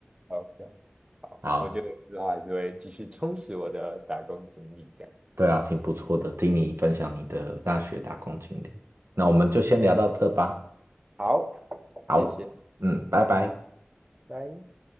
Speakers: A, on the right; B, on the right.
A: 好不要好，
B: 好，
A: 我觉得之后还是会继续充实我的打工经历这样。
B: 对啊，挺不错的，听你分享你的大学打工经历。那我们就先聊到这吧。
A: 好，
B: 好，
A: 谢谢，
B: 嗯，拜拜。
A: 拜。